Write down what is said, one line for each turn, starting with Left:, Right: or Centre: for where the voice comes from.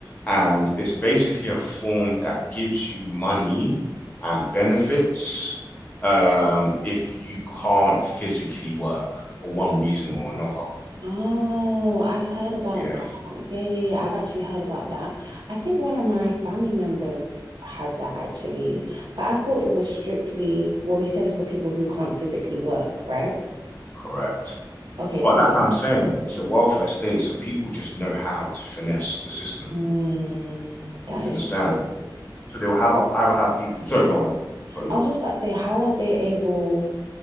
Left: and it's basically a form that gives you money and benefits um, if you can't physically work for one reason or another.
Right: Oh, I've heard about
Left: Yeah,
Right: that. Yeah, yeah, yeah. I've actually heard about that. I think one of my family members has that actually, but I thought it was strictly, well, you said it's for people who can't physically work, right?
Left: correct.
Right: Okay,
Left: But
Right: so
Left: like I'm saying, it's a welfare state, so people just know how to finesse the system.
Right: mm, that
Left: Do
Right: is
Left: you understand?
Right: true.
Left: So they will have either have people. Sorry, go on. Got you
Right: I was
Left: off.
Right: just about to say, how are they able?